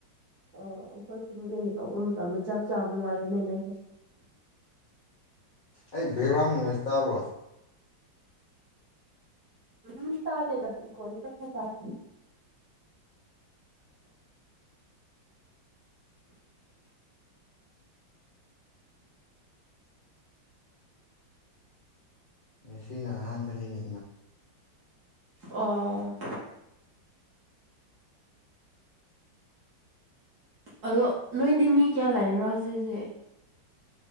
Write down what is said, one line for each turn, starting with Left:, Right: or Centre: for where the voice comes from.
Right: ꯑꯣ ꯑꯩꯈꯣꯏ ꯁꯨꯝ ꯀꯩꯅꯣ ꯇꯧꯕ ꯃꯇꯝꯗ ꯆꯥꯛ ꯆꯥꯕ ꯃꯥꯜꯂꯦꯅꯦ ꯑꯩꯁꯦ
Left: ꯑꯩ ꯕꯦꯛꯒ꯭ꯔꯥꯎꯟ ꯅꯣꯏꯁ ꯇꯥꯕ꯭ꯔꯣ?
Right: ꯎꯝ ꯇꯥꯗꯦꯗ ꯏꯒꯣꯗꯤ ꯈꯔ- ꯈꯔ ꯇꯥꯏ꯫
Left: ꯉꯁꯤꯅ ꯑꯍꯥꯟꯕꯅꯤꯅꯦ
Right: ꯑꯣ ꯑꯗꯣ ꯅꯣꯏꯗꯤꯃꯤ ꯀꯌꯥ ꯂꯩꯕ꯭ꯔꯥ ꯍꯧꯖꯤꯛꯇꯤ?